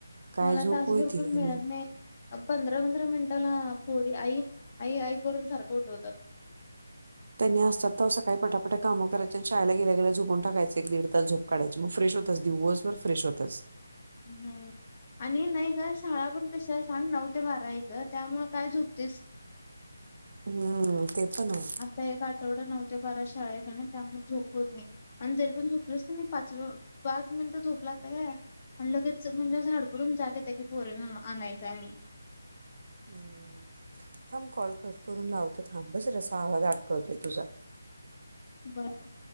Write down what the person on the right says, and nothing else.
काय
झोप
होय ती
आणि
त्यांनी असतात तर सकाळी पटापट काम कराय आणि शाळेला गेल्या गेल्या झोपूनाकायच एक दीड तास झोप काढायची मग फ्रेश होतच दिवसभर फ्रेश होतच.
हम्म. ते पण आहे
हम् थांब कॉल कट करून लावतो थांब बस रसा आवाज आडकळतोय तुझा.